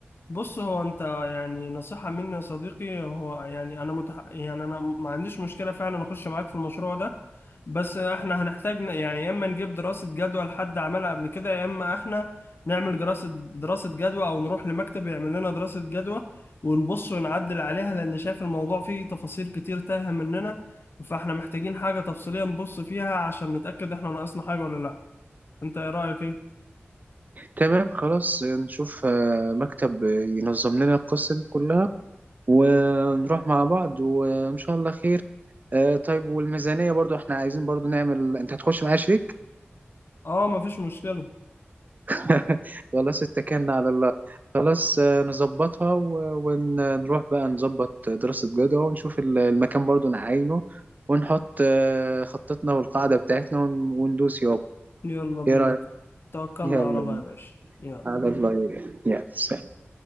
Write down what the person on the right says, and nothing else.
تمام خلاص نشوف آه، مكتب آه، ينظم لنا القصة دي كلها ونروح مع بعض وإن شاء الله خير آه، طيب والميزانية برضو احنا عايزين برضو نعمل انت هتخش معايا شريك
<laughs> خلاص اتكلنا على الله خلاص آه، نظبطها و- ونروح بقى نظبط دراسة جدوى ونشوف ال- المكان برضو نعينه ونحط آه، خطتنا والقاعدة بتاعتنا ون- وندوس يابا
ايه رأيك
يلا
بينا.
على الله يا سلام